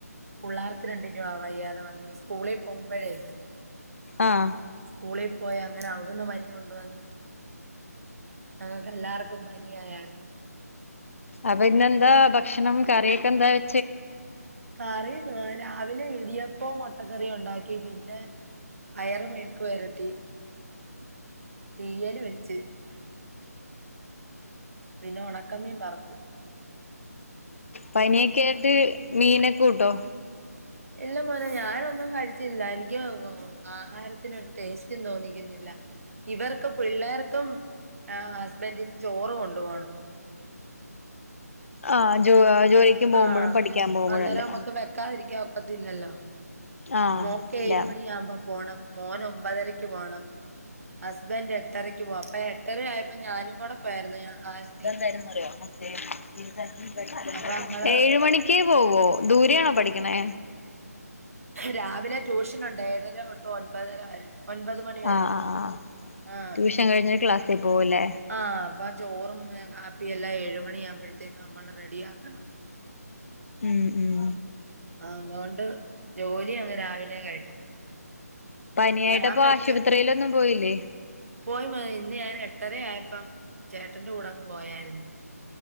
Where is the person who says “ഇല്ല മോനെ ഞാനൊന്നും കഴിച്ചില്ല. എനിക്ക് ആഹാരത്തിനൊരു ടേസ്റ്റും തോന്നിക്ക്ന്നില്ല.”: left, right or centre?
Right